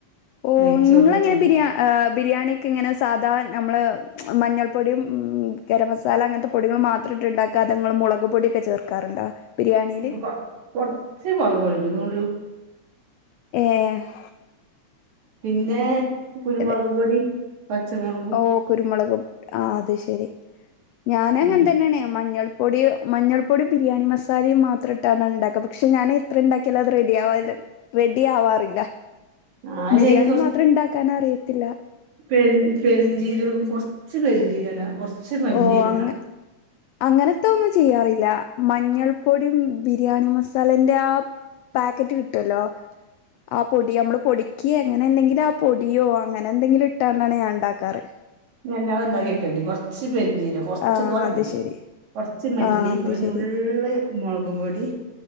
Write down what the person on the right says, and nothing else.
നെയ്ച്ചോറ്
മ
ഒരു കോർ കോറച്ച് മൊളക് പൊടിടുംനുൾ
പിന്നെ കുരുമുളക്
പോടി പച്ചമുളകും
ഉം
ആഹ് അയിലേക്ക്
പെര് പെരിഞ്ചീരകം കൊറച്ച് പെരിഞ്ചീരട കൊറച്ച് മല്ലി
ല
ഞല്ലാന്താ കേൾക്കേണ്ടി കൊറച്ച് പെരി ജീരകം കൊറച്ച്
തോനടേര്ത്
കൊറച്ച് മല്ലിഒരു
നുള്ള് മുളകും പൊടി